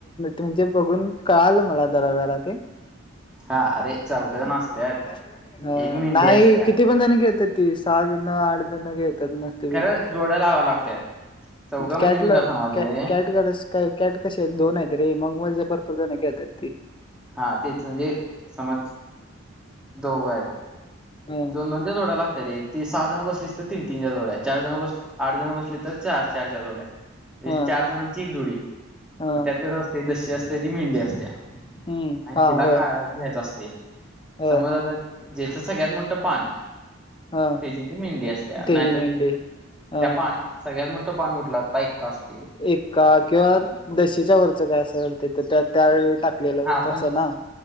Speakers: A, on the left; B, in the centre.
A: म्हणजे बघून कळालं मला जरा जरा ते
B: हा अरे चौघ जण
A: आ
B: असत्यात एक मेंढी
A: नाही
B: असत्या
A: किती पण त्याने घेतात ती सहाजण आडजण घेतात मस्त
B: तर जोड्या लावाव्या लागत्यात. चौघं म्हणजे
A: कॅटल
B: मी काय सांगालोय
A: कॅट करस कॅट कसे दोन आहेत रे मग म्हणजे भरपूर जण खळेतात ते
B: हा तेच म्हणजे समज दोघं आहेत.
A: हा
B: दोन दोनच्या जोड्या लागता रे ती सहा जण बसलीस तर तीन तीनच्या जोड्या चार जण बसली आठ जण बसली तर चार चारच्या जोड्या
A: हा
B: म्हणजे
A: हा
B: चार जणांची एक जोडी
A: हा
B: मग त्यात कस असतय दशी असते ती मेंढी असतेया.
A: हं,
B: आणि
A: हां,
B: तिला
A: होय.
B: का घ्यायच असते
A: होय.
B: समज आता ज्याच सगळ्यात मोठ पान
A: हां,
B: त्याची ती मेंढी असतेया
A: त्याची
B: नाहीतर
A: मेंढी. हां,
B: त्या पान सगळ्यात मोठं पान कुठला एक्का असतोय.
A: एक्का किंवा दशीच्या वरचं काय असं चालतय तर त्या त्यावेळी टाकलेलं
B: हा आपण
A: तसं ना